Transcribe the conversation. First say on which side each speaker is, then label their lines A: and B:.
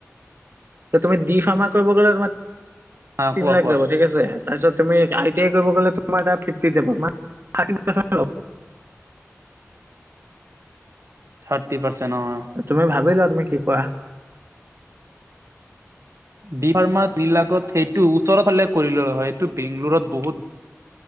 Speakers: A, on the right; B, on the right.
A: এতিয়া তুমি দি ফাৰ্মা কৰিব গ'লে তোমাক
B: অ
A: তিন
B: কোৱা
A: লাখ
B: কোৱা
A: যাব। ঠিক আছে তাৰপিছত তুমি আই টি আই কৰিব গ'লে তোমাৰ তাত ফিফটি যাব <unintelligible>
B: থাৰটি পাৰ্চেন্ত অ।
A: তুমি ভাবি লোৱা তুমি কি কোৱা?
B: ডি ফাৰ্মা বিলাকত সেইটো ওচৰৰ ফালে কৰি ললে হয় এইটো বেংগলোৰত বহুত-